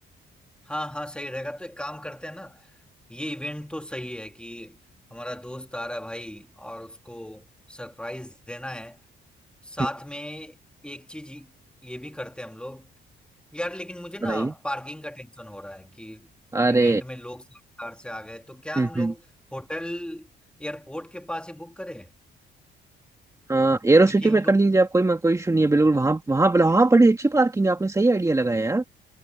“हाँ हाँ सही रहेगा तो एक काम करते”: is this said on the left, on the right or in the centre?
Centre